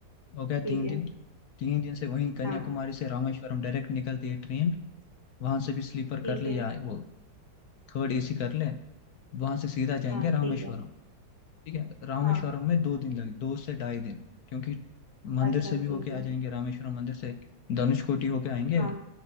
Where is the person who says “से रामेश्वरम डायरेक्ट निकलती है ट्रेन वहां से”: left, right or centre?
Left